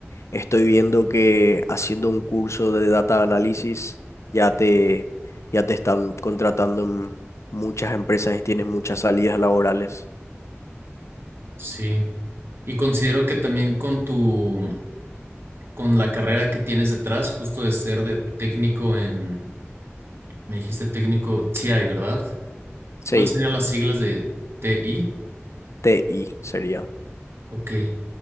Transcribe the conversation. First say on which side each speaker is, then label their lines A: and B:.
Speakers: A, on the left (about 85°); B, on the right (about 55°).
A: estoy viendo que haciendo un curso de data análisis ya te, ya te están contratando en muchas empresas y tienes muchas salidas laborales.
B: Sí, y considero que también con tu, con la carrera que tienes detrás, justo de ser de técnico en, me dijiste técnico TI, ¿verdad?
A: Sí,
B: ¿Cuáles serían las siglas de TI?
A: TI sería.
B: Ok,